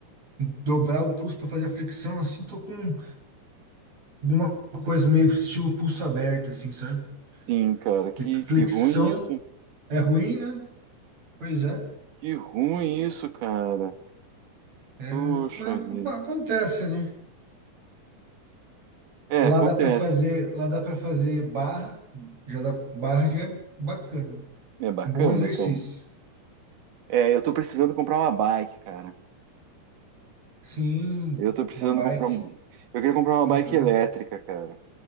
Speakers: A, on the right; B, on the right.
A: dobrar o pulso pra fazer a flexão, assim, tô com alguma coisa meio estilo pulso aberto, assim, sabe?
B: Sim, cara, que,
A: Tipo, flexão
B: que ruim isso,
A: é ruim, né? Pois é,
B: que ruim isso, cara.
A: é,
B: Puxa
A: mas
B: vida.
A: ac- acontece, né?
B: É,
A: Lá
B: acontece.
A: dá para fazer, lá dá para fazer barra, já dá, barra já é bacana.
B: É bacana,
A: Bom exercício.
B: cara. É, eu tô precisando comprar uma bike, cara.
A: Sim,
B: Eu tô precisando
A: uma bike.
B: comprar um... Eu queria comprar uma
A: Aham.
B: bike elétrica, cara,